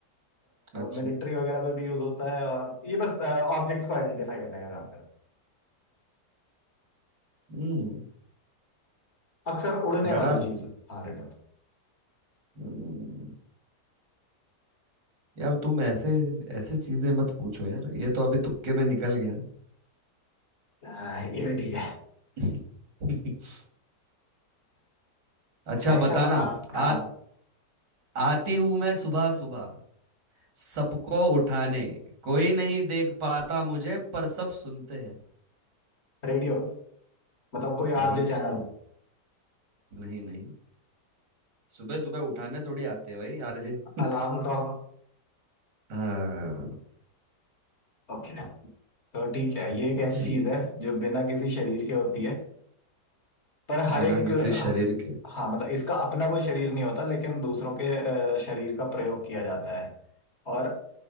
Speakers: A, on the right (about 80°); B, on the left (about 40°).
A: अच्छा
B: मिलिट्री वगैरह में भी यूज होता है और ये बस ऑब्जेक्ट्स को आइडेंटिफाई करने का काम
A: हम्म
B: अक्सर उड़ने
A: रडार
B: वाली चीज हाँ रिडल
A: हम्म। यार तुम ऐसे ऐसे चीजें मत पूछो यार ये तो अभी तुक्के में निकल गया
B: हाँ, ये भी ठीक है
A: <laughs> अच्छा
B: भाई
A: बताना
B: साहब आप हाँ
A: आ, आती हूं मैं सुबह सुबह सबको उठाने कोई नहीं देख पाता मुझे पर सब सुनते हैं
B: रेडियो मतलब कोई
A: नहीं
B: आरजे चैनल
A: नहीं नहीं सुबह सुबह उठाने थोड़ी आते हैं भाई आरजे <laughs>
B: अलार्म का
A: हाँ
B: ओके तो ठीक है ये एक
A: जी
B: ऐसी चीज है जो बिना किसी शरीर के होती है पर हर
A: बिना
B: एक
A: किसी शरीर के
B: हाँ मतलब इसका अपना कोई शरीर नहीं होता लेकिन दूसरों के अ, शरीर का प्रयोग किया जाता है और